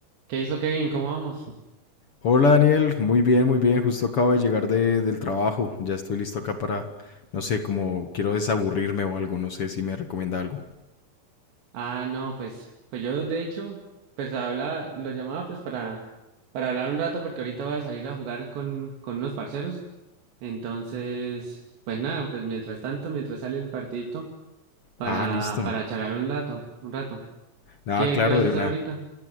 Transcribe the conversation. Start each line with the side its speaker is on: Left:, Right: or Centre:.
Right: ¿Qué hizo Kevin? ¿Cómo vamos?
Left: Hola Daniel, muy bien, muy bien. Justo acabo de llegar de, del trabajo. Ya estoy listo acá para, no sé, como quiero desaburrirme o algo. No sé si me recomienda algo.
Right: Ah, no, pues, pues yo de hecho, pues habla, lo llamaba pues para, para hablar un rato porque ahorita voy a salir a jugar con, con unos parceros. Entonces, pues nada, pues mientras tanto, mientras sale el partidito, para,
Left: Ah, listo.
Right: para charlar un rato, un rato.
Left: Nada,
Right: ¿Qué,
Left: claro,
Right: qué vas
Left: de
Right: a hacer
Left: una.
Right: ahorita?